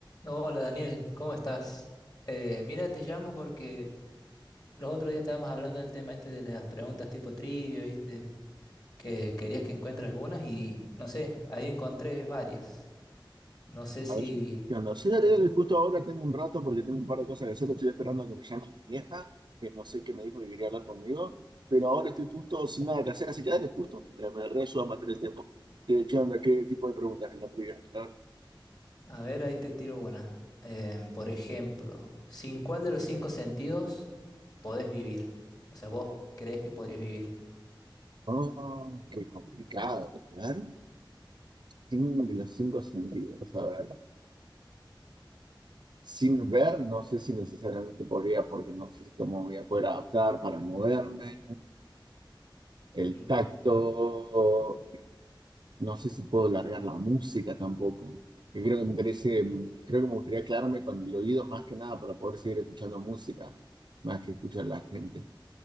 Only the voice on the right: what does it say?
A ver, ¿qué onda? Sí, dale,
dale, justo ahora tengo un rato porque tengo un par de cosas que hacer. Estoy esperando a que me llame mi vieja, que no sé qué me dijo que quería hablar conmigo, pero ahora estoy justo sin nada que hacer, así que dale, justo. Me, me reayuda a matar el tiempo. ¿Qué, qué onda? ¿Qué tipo de preguntas en la trivia? A ver.
Oh, qué complicado. A ver, sin de los cinco sentidos. A ver, sin ver, no sé si necesariamente podría, porque no sé cómo voy a poder adaptar para moverme. El
tacto. No sé si puedo largar la música tampoco. Que creo que me interese, creo que me gustaría quedarme con el oído más que nada para poder seguir escuchando música, más que escuchar la gente.